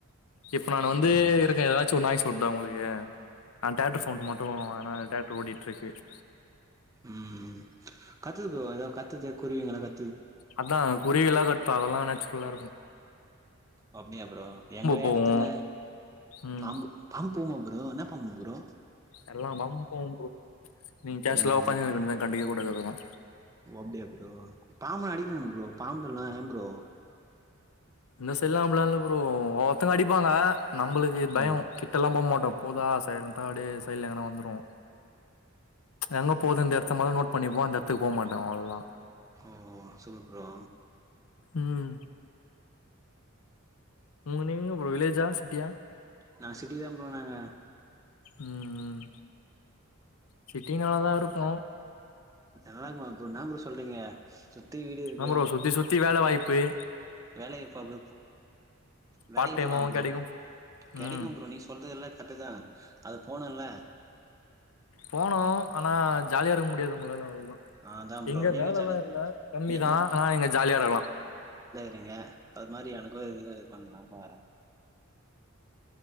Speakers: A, on the left; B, on the right.
A: இப்ப நான் வந்து
B: ம்
A: இருக்கேன் எதாச்சும் ஒன்னு ஆயிடுச்சுனா சொட்டா உங்களுக்கே ஆ அந்த டிராக்டர் சவுண்டு மட்டும் வேனா டிராக்டர் ஓடிட்டு கிரக்கெட்
B: உம் கத்துது புரோ ஏதாவது கத்துது குருவீங்களா க
A: அதான் குருவில்லாம் கட் அப்போ அதெல்லாம் நேச்சுரலா இருக்கும்
B: அப்டியா புரோ எங்க
A: போவு
B: எடத்துல
A: ம்
B: பாம்பு பாம்பு போவும் ப்ரோ என்ன பாம்பு ப்ரோ
A: எல்லாம் பாம்பும் போவும் புரோ நீங்க கேஷ்வலா
B: ம்
A: உட்காஞ்சிண்ருக்க வேண்டியது தான் கண்டுக்கவே கூடாது அதெல்லா
B: ஓ அப்டியா புரோ பாம்ப அடி ப்ரோ பாம்புல்லாம் ஏன் ப்ரோ
A: இந்த சைடுல்லாம் அப்டிலாம் இல்ல புரோ ஒவ்ஒருத்தங்க அடிப்பாங்க நம்பளுக்கு பயம்
B: ம்
A: கிட்டெல்லாம் போ மாட் போதா சைலன்டா அப்டே சைடு்ல எங்கனா வந்துருவோம் எங்க போது அந்த எடத்த மட்டும் நோட் பண்ணிப்போம் அந்த எத்துக்கு போ மாட்டோம் அவ்ளோ தான்
B: ஓ சூப்பர் ப்ரோ
A: உம் உங்க நீங்க வில்லேஜா சிட்டியா
B: நான் சிட்டி தான் போனங்க
A: உம் உம் சிட்டி நல்லா தான் இருக்கும்
B: நல்லக்குமா ப்ரோ இன்னா ப்ரோ சொல்றீங்க சுத்தி வீடு இருக்கு
A: இன்ன ப்ரோ சுத்தி சுத்தி வேலவாய்ப் இப்பயே
B: வேலைக்கு போ ப்ரோ வேலைக்கு
A: பார்ட் டைமாவு
B: போலாம் புரோ
A: கெடைக்கு
B: கெடைக்கும்
A: ம்
B: புரோ நீ சொல்றது எல்ல கர்ட் தான் அது போனும்ல
A: போனோ ஆனா ஜாலியா இருக்க முடியாது உங்களால அவ்
B: அதா ப்ரோ
A: இங்க
B: நீங்க
A: வேலல்லாம்
B: ஜாலியா
A: இல்ல கம்மிதான்
B: நீ
A: ஆனா இங்க ஜாலியா இருகலாம்
B: ருங்க அது மாரி எனக்கும் இது இது பண்ணலாம் பாரேன்